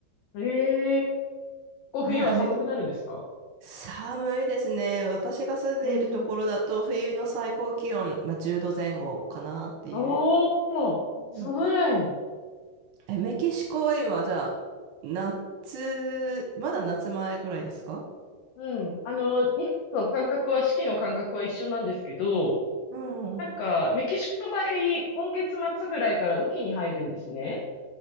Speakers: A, on the left; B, on the right.
A: ええこう冬は寒くなるんですか
B: はい、あ、め、寒いですね。私が住んでいるところだと、
A: うんうん。
B: 冬の最高気温、まあ、10度前後かなっていう。
A: おー、
B: うん。
A: 寒い。
B: え、メキシコは今、じゃあ、夏、まだ夏前ぐらいですか
A: うん。あの、日本と感覚は、四季の感覚は一緒なんですけど、
B: うんうん。
A: なんか、メキシコの場合、今月末ぐらいから雨季に入るんですね。